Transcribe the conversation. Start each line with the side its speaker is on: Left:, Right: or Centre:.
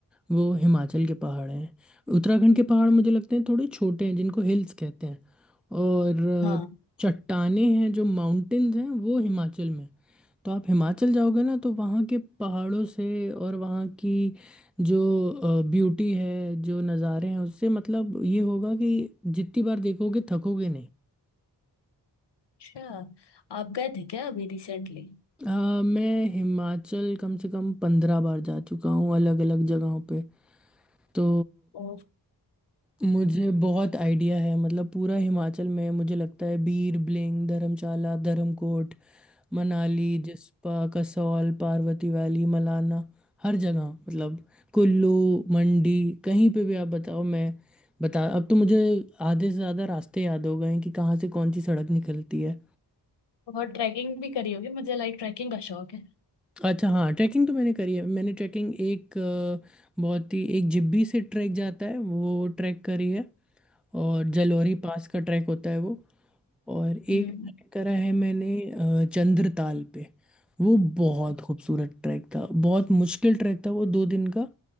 Centre: वो हिमाचल के पहाड़ हैं उत्तराखंड के पहाड़ मुझे लगते हैं थोड़े छोटे हैं जिनको हिल्स कहते हैं और
Left: हाँ
Centre: अ, चट्टानें हैं जो माउंटेन्स हैं वो हिमाचल में हैं। तो आप हिमाचल जाओगे ना तो वहाँ के पहाड़ों से और वहाँ की जो ब्यूटी है जो नज़ारे हैं उससे मतलब ये होगा कि जितनी बार देखोगे थकोगे
Left: अच्छा आप गए थे क्या अभी रिसेंटली
Centre: अ, मैं हिमाचल कम से कम पंद्रह बार जा चुका हूँ अलग अलग जगहों पे तो
Left: ओ
Centre: मुझे बहुत आइडिया है मतलब पूरा हिमाचल में मुझे लगता है बीर बिलिंग धर्मशाला धर्मकोट मनाली जिस्पा कसौल पार्वती वैली मलाना हर जगह मतलब कुल्लू मंडी कहीं पे भी आप बताओ मैं बता अब तो मुझे आधे से ज़्यादा रास्ते याद हो गए हैं कि कहाँ से कौन सी सड़क निकलती है
Left: बहुत ट्रैकिंग भी करी होगी मुझे लाइक ट्रैकिंग का शौक है
Centre: अच्छा हाँ ट्रैकिंग तो मैंने करी है मैंने ट्रैकिंग एक अ, बहुत ही एक जिब्बी से ट्रैक जाता है वो ट्रैक करी है और जलोरी पास का ट्रैक होता है वो और एक
Left: हम्म
Centre: ट्रैक करा है मैंने अ, चंद्रताल पे वो बहुत खूबसूरत ट्रैक था बहुत मुश्किल ट्रैक था वो दो दिन का